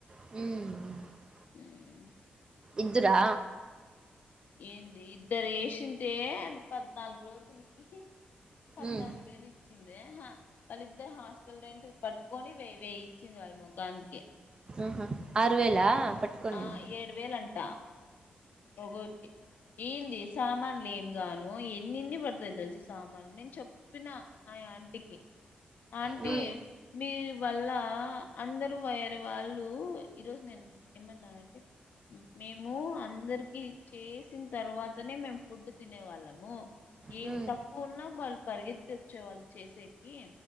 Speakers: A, on the right; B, on the left.
A: ఉమ్
B: ఉమ్,
A: ఇద్దురా
B: ఏంటి ఇద్దరు వేషింటే పద్నాలుగు రోజులుకి పద్నాలుగు
A: ఉమ్
B: వేలు ఇచ్చిందే హా వాళ్ళిద్దరు హాస్ టల్ రెంటు పట్టుకొని వెయి వేయి ఇచ్చింది వాళ్ళ ముఖానికి
A: ఆహా ఆరు వేలా పట్టుకోండి
B: ఆ
A: నేను
B: ఏడు వేలంట ఒకోరికి ఏంది సామాన్లు ఏం గాను ఏం ఎన్ని ఇన్ని పడతాయి తెలిసా సామానులు నేను చెప్పిన ఆ ఆంటికి ఆంటీ
A: మ్మ్
B: మీ వల్ల అందరూ వేరే వాళ్ళు ఈరోజు నేను ఏమన్నాను అంటే మేము అం ఇది చేసిన తర్వా తనే మేము ఫుడ్ తినే వాళ్ళం మో ఏం
A: మ్మ్
B: తక్కువ ఉన్నా వాళ్ళు పరిగెత్తి వచ్చేవాళ్ళు చేసే హీ